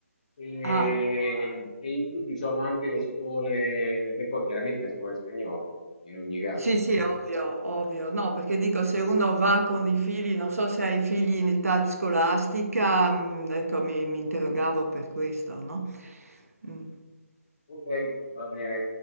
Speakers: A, on the left; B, on the right.
A: ehm,
B: Ah.
A: e in più ci sono anche le scuole e poi chiaramente le scuole spagnole, in ogni caso.
B: Sì, sì, ovvio, ovvio. No, perché dico se uno va con i figli, non so se hai figli in età scolastica, mhmm, ecco mi, mi interrogavo per questo, no? Mm.
A: Okay, va bene.